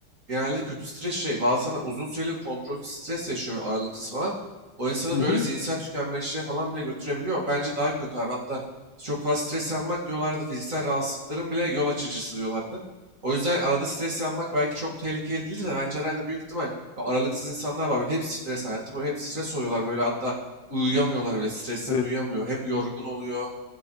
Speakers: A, on the right (about 40°); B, on the left (about 70°).
A: Genelde kötü stres şey. Bazı insanlar uzun süreli kontrolsüz stres yaşıyor böyle aralıksız falan. O insanı
B: Hı
A: böyle
B: hı.
A: zihinsel tükenmişliğe falan bile götürebiliyor. Bence daha kötü abi. Hatta çok fazla stres yapmak diyorlardı. Fiziksel rahatsızlıkların bile yol açıcısı diyorlardı. O yüzden arada stres yapmak belki çok tehlikeli değildir de bence herhalde büyük ihtimal böyle aralıksız insanlar var. Böyle hep stres hayatı böyle hep stres oluyorlar. Böyle hatta uyuyamıyorlar bile. Stresten
B: Evet.
A: uyuyamıyor. Hep yorgun oluyor.